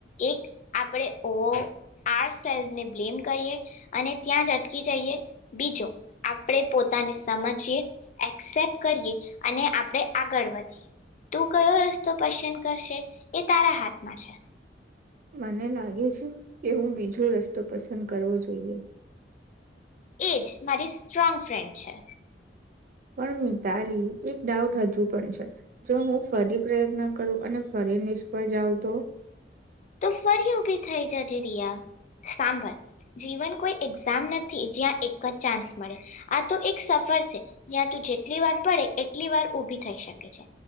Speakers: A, on the left; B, on the right.
A: એક આપણે ઓ આર સેલ્ફને બ્લેમ કરીએ, અને ત્યાં જ અટકી જઈએ, બીજો આપણે પોતાને સમજીએ એક્સેપ્ટ કરીએ, અને આપણે આગળ વધીએ. તું કયો રસ્તો પસંદ કરશે એ તારા હાથમાં છે.
B: મને લાગે છે કે હું બીજો રસ્તો પસંદ કરવો જોઈએ.
A: એ જ. મારી સ્ટ્રોંગ ફ્રેન્ડ છે.
B: પણ મિતાલી એક ડાઉટ હજુ પણ છે, જો હું ફરી પ્રયત્ન કરું, અને ફરી નિષ્ફળ જાઉં તો?
A: તો ફરી ઉભી થઈ જજે રિયા. સાંભળ જીવન કોઈ એક્ઝામ નથી જ્યાં એક જ ચાન્સ મળે, આ તો એક સફર છે, જ્યાં તું જેટલી વાર પડે એટલી વાર ઉભી થઈ શકે છે.